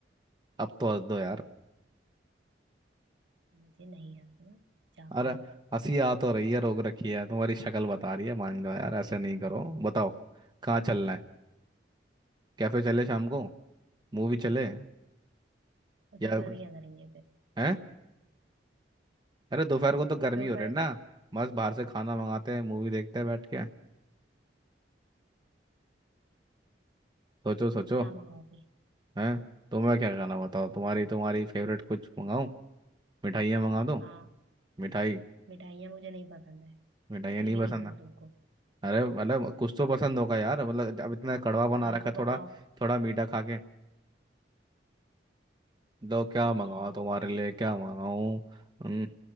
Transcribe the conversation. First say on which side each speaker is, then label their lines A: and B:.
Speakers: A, on the right; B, on the right.
A: अब तो हंस दो यार
B: मुझे नहीं आता ना जाओ
A: अरे
B: यहाँ से
A: हंसी आ तो रही है रोक रखी है तुम्हारी शक्ल बता रही है मान जाओ यार ऐसे नहीं करो बताओ कहाँ चलना है कैफे चले शाम को मूवी चले
B: और दोपहर
A: या
B: में क्या करेंगे फिर
A: हैं अरे दोपहर को तो गर्मी
B: दोपहर
A: हो रही है ना मस्त बाहर से खाना मंगाते हैं मूवी देखते हैं बैठ के सोचो सोचो
B: क्या मंगाओगे
A: हैं तुम्हें क्या खाना बताओ
B: हम्म,
A: तुम्हारी तुम्हारी फेवरेट कुछ मंगाऊं मिठाइयाँ मंगा दूं
B: हाँ
A: मिठाई
B: मिठाइयाँ मुझे नहीं पसंद है
A: मिठाइयाँ
B: ये
A: नहीं
B: भी
A: पसंद
B: नहीं पता
A: है
B: तुमको
A: अरे मतलब कुछ तो पसंद होगा यार मतलब अब इतना कड़वा बना
B: हाँ
A: रखा
B: तो
A: है
B: बताओ
A: थोड़ा थोड़ा मीठा खा के तो
B: ठीक
A: क्या मंगाऊं
B: है
A: तुम्हारे लिए क्या मंगाऊं हम्म,